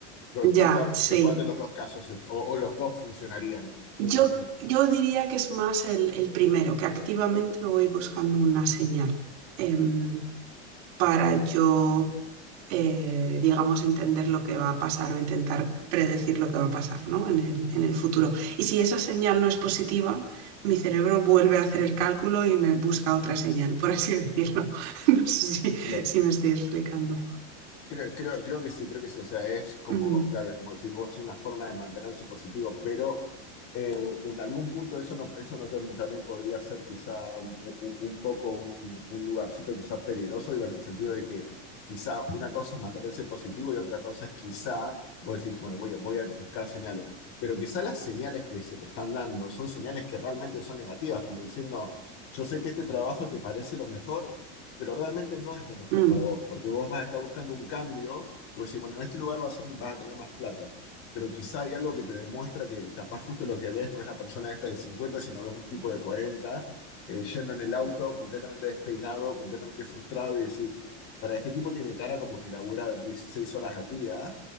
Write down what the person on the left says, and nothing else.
¿Cu-
cu- cu-
¿En cuál de los dos casos es? O, o los dos funcionarían.
Como, como-
claro.
Creo, creo, creo que sí, creo que sí. O sea, es como,
claro, es como si vos una forma de mantener su positivo, pero Eh, en algún punto eso no, eso no tam- también podría ser quizá un, un- un poco un, un lugarcito quizá peligroso, digo, en el sentido de que quizá una cosa es mantenerse positivo y otra cosa es quizá, vos decís, bueno, voy, a- voy a buscar señales, pero quizá las señales que se te están dando son señales que realmente son negativas, como diciendo, yo sé que este trabajo te parece lo mejor, pero realmente no es lo mejor
para vos, porque vos vas a estar buscando un cambio, y vos decís, bueno, en este lugar vas a, ser- vas a tener más plata pero quizá hay algo que te demuestra que capaz justo lo que ves no es la persona esta de 50, sino ves un tipo de 40, eh, yendo en el auto completamente despeinado, completamente frustrado y decís, para este tipo tiene cara como que labura 16 horas al día